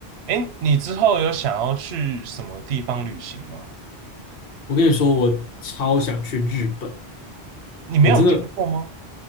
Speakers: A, on the right; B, on the left.
A: 哎，你之后有想要去什么地方旅行吗？
B: 我跟你说，我超想去日本，
A: 你没有去过吗？
B: 我真的，